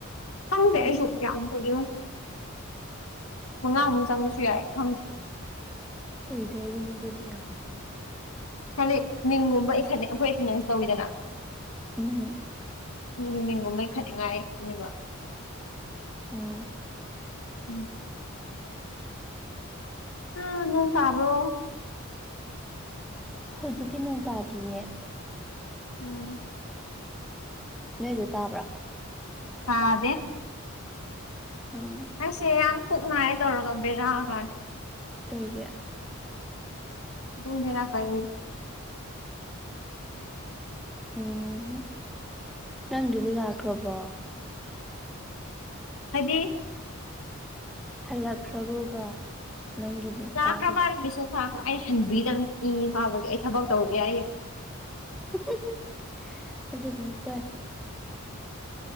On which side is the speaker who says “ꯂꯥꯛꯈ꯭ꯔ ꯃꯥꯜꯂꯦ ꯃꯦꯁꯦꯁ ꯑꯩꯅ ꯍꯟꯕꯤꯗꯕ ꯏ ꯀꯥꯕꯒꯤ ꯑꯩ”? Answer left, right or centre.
Left